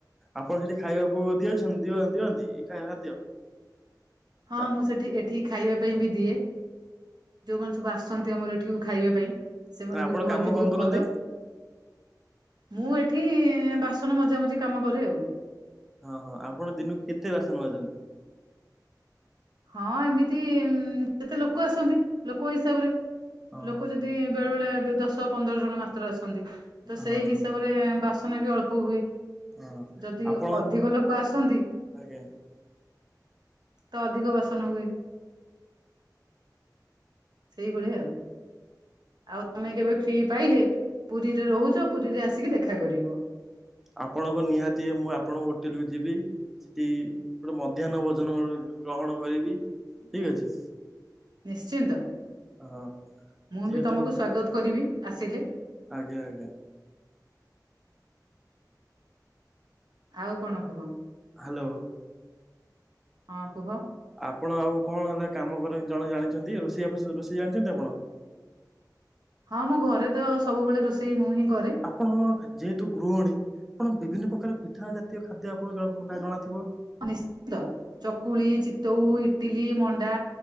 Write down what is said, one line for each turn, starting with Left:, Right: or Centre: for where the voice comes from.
Centre: ଆପଣ ସେଠି ଖାଇବାକୁ ଦିଅଛନ୍ତିି ଦିଅ ଦିଅନ୍ତି ଖାଦ୍ୟ।
Right: ହଁ
Centre: ନା
Right: ମୁଁ ସେଠି ଏଠି ଖାଇବା ପାଇଁ ବି ଦିଏ ଯେଉଁମାନେ ସବୁ ଆସନ୍ତି ଆମର ଏଠିକୁ ଖାଇବା ପାଇଁ। ସେମାନେ
Centre: ନା ଆପଣ
Right: ବି କୁହନ୍ତି
Centre: କାମ କଣ
Right: ବହୁତ
Centre: କରନ୍ତି?
Right: ଭଲ। ମୁଁ ଏଠି ବାସନ ମଜାମଜି କାମ କରେ ଆଉ।
Centre: ହଁ ହଁ ଆପଣ ଦିନକୁ କେତେ ବାସନ ମାଜନ୍ତି?
Right: ହଁ ଏମିତି ଯେତେ ଲୋକ ଆସନ୍ତି ଲୋକ ହିସାବରେ
Centre: ହଁ
Right: ଲୋକ
Centre: ହଁ
Right: ଯଦି ବେଳେ ବେଳେ ଦଶ ପନ୍ଦର ଜଣ ମାତ୍ର ଆସନ୍ତି ତ
Centre: ହଁ
Right: ସେଇ ହିସାବରେ। ରେ ବାସନ ବି ଅଳ୍ପ ହୁଏ
Centre: ହଁ
Right: ଯଦି
Centre: ଆପଣ
Right: ଅଧିକ ଲୋକ ଆସନ୍ତି।
Centre: ଆଜ୍ଞା।
Right: ତ ଅଧିକ ବାସନ ହୁଏ। ସେଇଭଳିଆ ଆଉ। ଆଉ ତମେ କେବେ ଫ୍ରି ପାଇଲେ ପୁରୀରେ ରହୁଛ ପୁରୀରେ ଆସିକି ଦେଖା କରିବ।
Centre: ଆପଣଙ୍କ ନିହାତି ମୁଁ ଆପଣଙ୍କ ହୋଟେଲକୁ ଯିବି। ସେଠି ଗୋଟେ ମଧ୍ୟାହ୍ନ ଭୋଜନ ଗ୍ରହଣ କରିବି ଠିକ ଅଛି।
Right: ନିଶ୍ଚିନ୍ତ
Centre: ହଁ।
Right: ମୁଁ
Centre: ଯେହେତୁ
Right: ବି ତମକୁ ସ୍ଵାଗତ କରିବି ଆସିଲେ।
Centre: ଆଜ୍ଞା ଆଜ୍ଞା।
Right: ଆଉ କଣ କୁହ
Centre: ହ୍ୟାଲୋ
Right: ହଁ କୁହ?
Centre: ଆପଣ ଆଉ କଣ ହେଲା କାମ ଜଣେ ଜାଣିଛନ୍ତି ରୋଷେଇ ରୋଷେଇ ଜାଣିଛନ୍ତି ଆପଣ?
Right: ହଁ ମୁଁ ଘରେ ତ ସବୁବେଳେ ରୋଷେଇ ମୁଁ ହିଁ କରେ।
Centre: ଆପଣ ଯେହେତୁ ଗୃହଣୀ ଆପଣ ବିଭିନ୍ନ ପ୍ରକାର ପିଠା ଜା ତୀୟ ଖାଦ୍ୟ ଆପଣ ଜଣା ଥିବ?
Right: ନିଶ୍ଚିନ୍ତ ଚକୁଳି ଚିତଉ ଇଟିଲି ମଣ୍ଡା